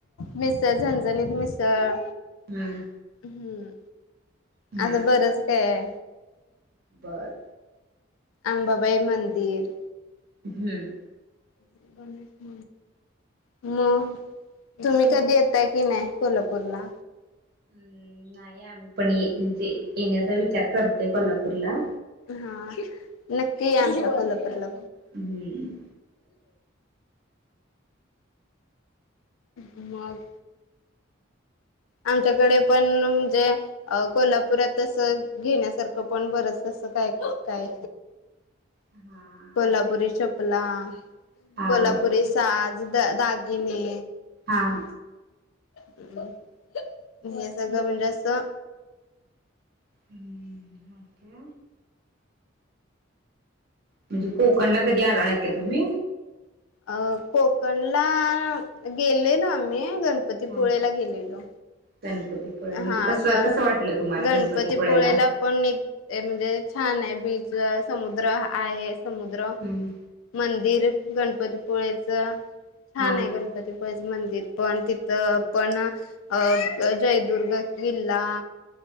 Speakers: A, on the left; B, on the right.
A: मिसळ, झणझणीत मिसळ,
B: हम्म
A: हम्म
B: हम्म
A: असं बरंच काय हाय
B: बर
A: अंबाबाई मंदिर,
B: हम्म
A: <inaudible> म तुम्ही कधी येताय की नाय कोल्हापूरला
B: हम्म नाही आम्ही पण ये म्हणजे येण्याचा विचार करतोय कोल्हापूरला
A: हा नक्की आमचा खलपटलं
B: हम्म
A: मग आमच्याकडे पण म्हणजे कोल्हापुरातस घेण्यासारखं पण बरच तस काय काय
B: हा
A: कोल्हापुरी चपला
B: हा
A: कोल्हापुरी साज द दागिने
B: हा
A: ह हे सगळं म्हणजे असं
B: हम्म ओके म्हणजे कोकण ला कधी आला नाही का तुम्ही
A: अ कोकणला गेले ना आम्ही गणपतीपोळे्याला
B: हा
A: गेलेलो
B: गणपतीपुळे म्हणजे
A: हा
B: कसं
A: का
B: कसं वाटलं तुम्हाला
A: गणपतीपोळेला
B: गणपतीपुळेला
A: पण एक म्हणजे छान आहे बीच समुद्र आहे समुद्र
B: हम्म
A: मंदिर गणपतीपोळेचं छान
B: हा
A: आहे गणपतीपळेच मंदिर पण तिथं पण अ जयदुर्ग किल्ला